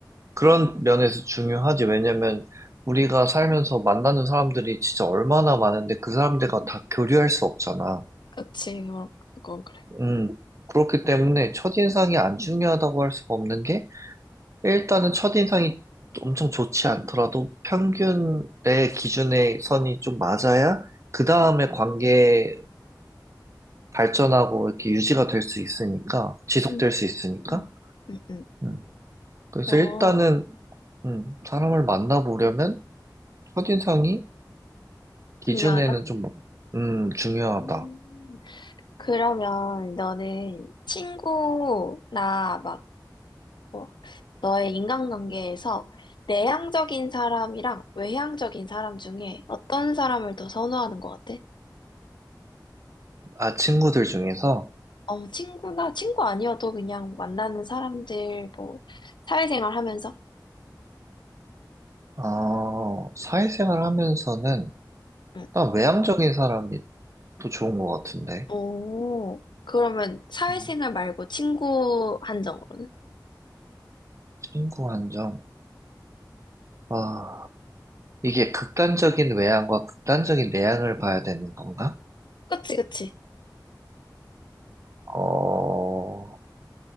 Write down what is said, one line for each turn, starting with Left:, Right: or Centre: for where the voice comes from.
Right: 그런 면에서 중요하지. 왜냐면 우리가 살면서 만나는 사람들이 진짜 얼마나 많은데 그 사람들과 다 교류할 수 없잖아.
Left: 그치, 그건 그래.
Right: 음. 그렇기 때문에 첫인상이 안 중요하다고 할 수가 없는 게 일단은 첫인상이 엄청 좋지 않더라도 평균 내 기준의 선이 좀 맞아야 그 다음에 관계가 발전하고 이렇게 유지가 될 수 있으니까 지속될
Left: 음,
Right: 수 있으니까.
Left: 음, 음.
Right: 음. 그래서
Left: 어,
Right: 일단은 음, 사람을 만나보려면 첫인상이 기준에는
Left: 중요하다.
Right: 좀, 음, 중요하다.
Left: 음, 그러면 너는 친구나 막 뭐, 너의 인간관계에서 내향적인 사람이랑 외향적인 사람 중에 어떤 사람을 더 선호하는 것 같아?
Right: 아, 친구들 중에서,
Left: 어, 친구나 친구 아니어도 그냥 만나는 사람들 뭐 사회생활 하면서?
Right: 어, 사회생활 하면서는,
Left: 응.
Right: 난 외향적인 사람이 또 좋은 것 같은데.
Left: 오, 그러면 사회생활
Right: 음,
Left: 말고 친구 한정으로는?
Right: 친구 한정. 아, 이게 극단적인 외향과 극단적인 내향을 봐야 되는 건가?
Left: 그치, 그치.
Right: 어,